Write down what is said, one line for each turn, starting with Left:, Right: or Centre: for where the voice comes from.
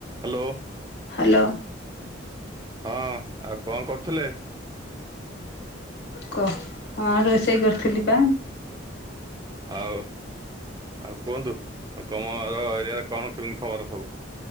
Right: Hello.
Left: Hello.
Right: ହଁ ଆଉ କଣ କରୁଥିଲେ?
Left: କହ, ହଁ ରୋଷେଇ କରୁଥିଲି ପା।
Right: ଆଉ, ଆଉ କୁହନ୍ତୁ ତମର ଏରିଆରେ କଣ କେମିତି ଖବର ସବୁ।